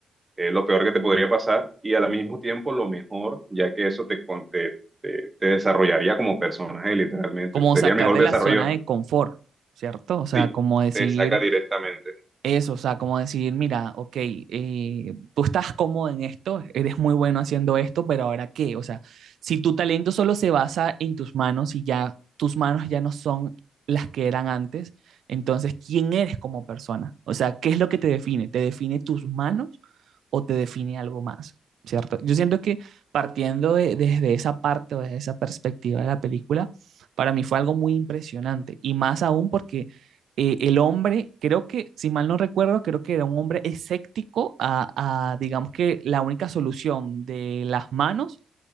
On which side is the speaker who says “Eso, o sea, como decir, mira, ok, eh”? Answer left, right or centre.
Right